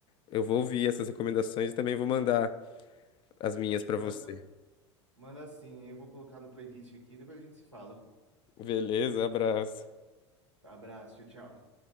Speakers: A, on the left; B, on the right.
A: Eu vou ouvir essas recomendações e também vou mandar as minhas pra
B: Manda,
A: você.
B: manda sim, eu vou colocar no playlist aqui, depois a gente se fala.
A: Beleza, abraço.
B: Abraço, tchau, tchau.